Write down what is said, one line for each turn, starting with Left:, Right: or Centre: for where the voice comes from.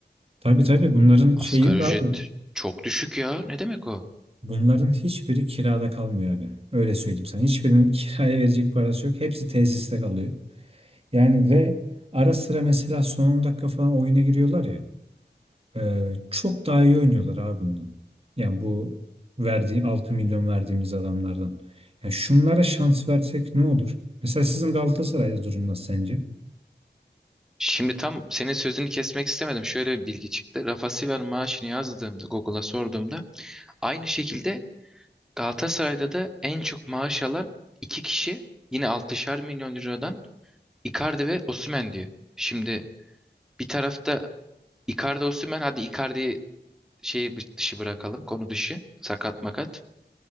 Right: tabii tabii bunların
Centre: Asgari
Right: şeyi yok
Centre: ücret
Right: abi.
Centre: çok düşük ya. Ne demek o?
Right: Bunların hiçbiri kirada kalmıyor abi. Öyle söyleyeyim sana. Hiçbirinin <laughs> kiraya verecek parası yok. Hepsi tesiste kalıyor. Yani ve ara sıra mesela son 10 dakika falan oyuna giriyorlar ya. e, çok daha iyi oynuyorlar abi bundan. Yani bu verdiği 6 milyon verdiğimiz adamlardan. Yani şunlara şans versek ne olur? Mesela sizin Galatasaray'da durum nasıl sence?
Centre: Şimdi tam senin sözünü kesmek istemedim. Şöyle bir bilgi çıktı. Rafa Silva'nın maaşını yazdığımda Google'a sorduğumda aynı şekilde Galatasaray'da da en çok maaş alan iki kişi yine 6'şar milyon liradan Icardi ve Osimhen diyor. Şimdi bir tarafta Icardi Osimhen hadi Icardi'yi şeyi dışı bırakalım konu dışı sakat makat.